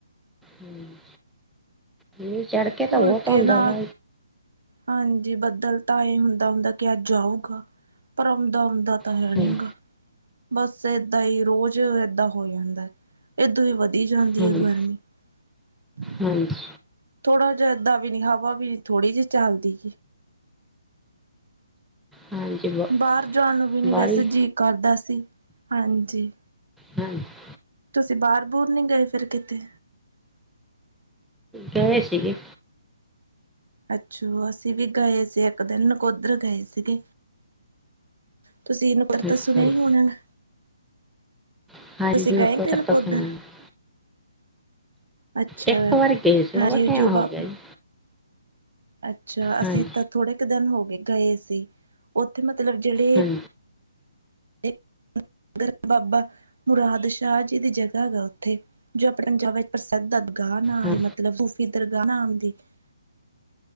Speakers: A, in the centre; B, on the right.
A: ਹਮ <unintelligible> ਮੀਂਹ ਚੜ ਕੇ
B: ਹੋਰ ਕੇ
A: ਆਉਂਦਾ
B: ਨਾ
A: ਵਾ
B: ਹਾਂਜੀ। ਬੱਦਲ ਤਾਂ ਏਹ ਹੁੰਦਾ- ਹੁੰਦਾ ਕਿ ਅੱਜ ਆਊਗਾ। ਪਰ ਆਉਂਦਾ- ਆਉਂਦਾ ਤਾਂ ਹੈ
A: ਹਾਂਜੀ
B: ਨੀਗਾ। ਬਸ ਏਦਾਂ ਹੀ ਰੋਜ਼ ਏਦਾਂ ਹੋਈ ਜਾਂਦੈ। ਏਦੋਂ ਈ ਵਧੀ ਜਾਂਦੀ
A: ਹਾਂਜੀ
B: ਐ ਗਰਮੀ ਹਮ
A: ਹਾਂਜੀ
B: <unintelligible> ਥੋੜਾ ਜੇਹਾ ਏਦਾਂ ਵੀ ਨੀ ਹਵਾ ਵੀ ਨੀ ਥੋੜੀ ਜੀ ਚੱਲਦੀ।
A: ਹਾਂਜੀ <unintelligible>
B: ਬਾਰ ਜਾਣ ਨੂੰ ਵੀ ਨੀ
A: ਬਾਹਲੀ
B: ਵੈਸੇ ਜੀਅ ਕਰਦਾ ਸੀ, ਹਾਂਜੀ।
A: ਹਾਂਜੀ
B: ਤੁਸੀ ਬਾਰ ਬੁਰ ਨੀ ਗਏ ਫੇਰ ਕਿਤੇ?
A: ਗਏ ਸੀ ਗੇ।
B: ਅੱਛਾ। ਅਸੀ ਵੀ ਗਏ ਸੀ ਇੱਕ ਦਿਨ ਨਕੋਦਰ ਗਏ ਸੀ ਗੇ। ਤੁਸੀਂ ਏਨੂੰ ਬਰ ਤਸੋ
A: ਅੱਛਾ
B: ਨਈ
A: ਜੀ
B: ਹੋਣਾ ਨਾ।
A: ਹ
B: ਗਏ ਕਿ
A: <unintelligible>
B: ਨਕੋਦਰ ਅੱਛਾ
A: ਇੱਕ ਵਾਰੀ ਗਏ ਸੀ
B: ਹਾਂਜੀ
A: ਵਾਵਾ ਟੈਮ
B: ਜੋ
A: ਹੋ
B: ਬਾ
A: ਗਆ ਜੀ।
B: ਅੱਛਾ ਅਸੀਂ
A: ਹਾਂਜੀ
B: ਤਾਂ ਥੋੜੇ ਕੁ ਦਿਨ ਹੋ ਗੇ ਗਏ ਸੀ, ਉਥੇ ਮਤਲਬ ਜੇੜੇ
A: ਹਾਂਜੀ
B: ਇੱਕ ਘਰ ਬਾਬਾ ਮੁਰਾਦ ਸ਼ਾਹ ਜੀ ਦੀ ਜਗਾ ਏ ਨਾ ਉਥੇ। ਜੋ ਆਪਣੇ ਪੰਜਾਬ ਵਿੱਚ ਪ੍ਰਸਿੱਧ ਅਗਾ ਨਾਂ
A: ਹਾਂ-
B: ਮਤਲਬ ਸੂਫੀ ਦਰਗਾ ਨਾਮ ਦੀ <unintelligible>